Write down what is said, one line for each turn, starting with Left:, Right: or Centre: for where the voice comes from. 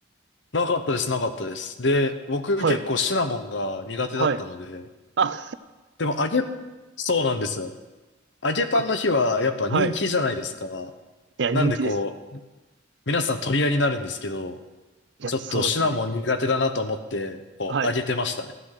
Left: なかったです、なかったです。で、僕結構シナモンが苦手だったので、
Right: はい。はい。あ、
Left: でも揚げ、そうなんですよ。揚げパンの日はやっぱ人気じゃないですか。
Right: あ、はい。いや、人気です。
Left: なんでこう、皆さん取り合いになるんですけど、
Right: いや、
Left: ちょっとシナモン苦手だなと思って、
Right: そうですね。
Left: こう、
Right: はい。
Left: 揚げてましたね。